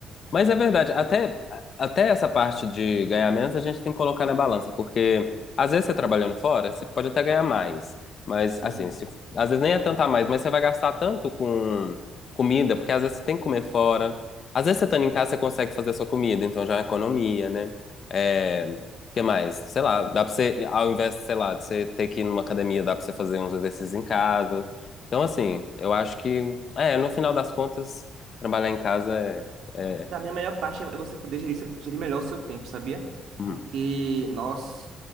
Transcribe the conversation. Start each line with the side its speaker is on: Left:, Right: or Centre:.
Left: Mas é verdade, até, até essa parte de ganhar menos a gente tem que colocar na balança, porque às vezes você trabalhando fora, você pode até ganhar mais, mas
Right: Sim.
Left: assim, se- às vezes nem é tanto a mais, mas você vai gastar tanto com comida, porque às vezes você tem que comer fora, às vezes você estando em casa você consegue fazer a sua comida, então já é uma economia, né? É, o que mais? Sei lá, dá pra você, ao invés, sei lá, de você ter que ir numa academia, dá pra você fazer uns exercícios em casa. Então assim, eu acho que, é, no final das contas, trabalhar em casa é é
Right: A minha melhor parte é você poder gerir, seu- gerir melhor o seu tempo, sabia?
Left: Uhum,
Right: Porque, nossa,